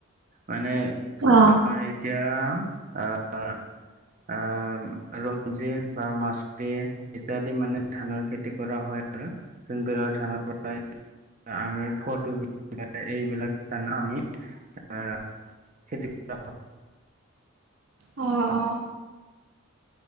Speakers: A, on the right; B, on the right.
A: মানে
B: অ।
A: আমাৰ এতিয়া আ, আ- আম, ৰঞ্জিত বা মাচুৰী- ইত্যাদি মানে ধানৰ খেতি কৰা হয় আৰু যোন বিৰত- ধানৰ পৰাই আমি ফটো বি এইবিলা জান আমি- আ, খেতি কৰা
B: অঁ, অঁ!